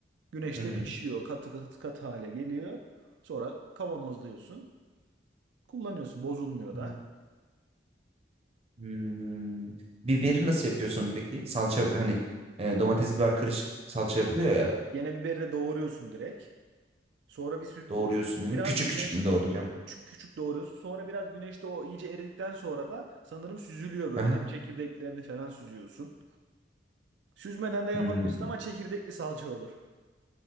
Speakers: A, on the right; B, on the right.
A: Güneşte
B: Hı hı.
A: pişiyor. Katı katı katı hale geliyor. Sonra kavanozluyorsun. Kullanıyorsun. Bozulmuyor
B: Hı.
A: da.
B: Hmm. Biberi nasıl yapıyorsun peki? Salça hani e, domates biber karışık salça yapılıyor ya.
A: Yine biberi de doğruyorsun direkt. Sonra bir sü-
B: Doğruyorsun dedin.
A: biraz
B: Küçük
A: güneşte
B: küçük mü doğrayacağım?
A: küçük küçük doğruyorsun. Sonra biraz güneşte o iyice eridikten sonra da sanırım süzülüyor böyle.
B: Aha.
A: Her çekirdeklerini falan süzüyorsun. Süzmeden de yapabilirsin
B: Hmm.
A: ama çekirdekli salça olur.